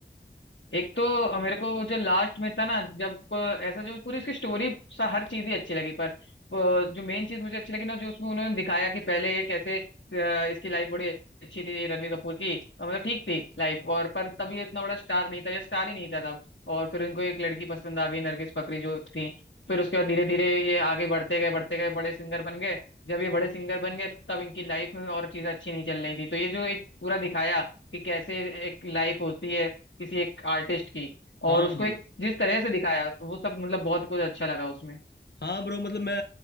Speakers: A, on the left; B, on the left.
A: एक तो मेरे को जो लास्ट में था ना जब अ, ऐसा जो पूरी उसकी स्टोरी सा हर चीज ही अच्छी लगी पर अ, जो मेन चीज मुझे अच्छी लगी ना जो उसमें उन्होंने दिखाया कि पहले ये कैसे अ, इसकी लाइफ बड़ी अच्छी थी ये रणवीर कपूर की अ, मतलब ठीक थी लाइफ और पर तब ये इतना बड़ा स्टार नहीं था या स्टार ही नहीं था तब और फिर उनको एक लड़की पसंद आ गई नरगिस फाकरी जो थी फिर उसके बाद धीरे धीरे ये आगे बढ़ते गए बढ़ते गए बड़े सिंगर बन गए जब ये बड़े सिंगर बन गए तब इनकी लाइफ में और चीजें अच्छी नहीं चल रही थी तो ये जो एक पूरा दिखाया कि कैसे एक लाइफ होती है किसी एक आर्टिस्ट की और
B: हाँ
A: उसको
B: ब्रो
A: एक जिस तरह से दिखाया तो वो सब मतलब बहुत कुछ अच्छा लगा उसमें
B: हाँ ब्रो मतलब मैं